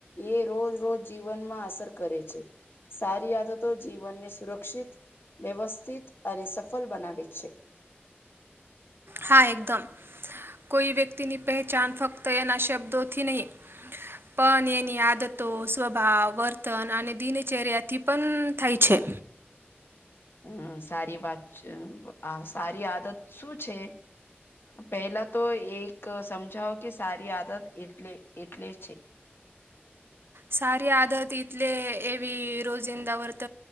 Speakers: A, on the left; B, on the right.
A: એ રોજ રોજ. જીવનમાં અસર કરે છે સારી આદતો જીવનને સુરક્ષિત. વ્યવસ્થિત અને સફળ બનાવે છે.
B: હા એકદમ. કોઈ વ્યક્તિની પહેચાન ફક્ત એના શબ્દોથી નહીં. પણ એની આદતો સ્વભાવ વર્તન અને દિનચર્યાથી પણ થાય છે.
A: હમ સારી વાત. આ સારી આદત શું છે પહેલા તો એક. સમજાવો કે સારી આદત એટલે એટલે છે
B: સારી આદરતટલે એવી રોજિંદા વર્ત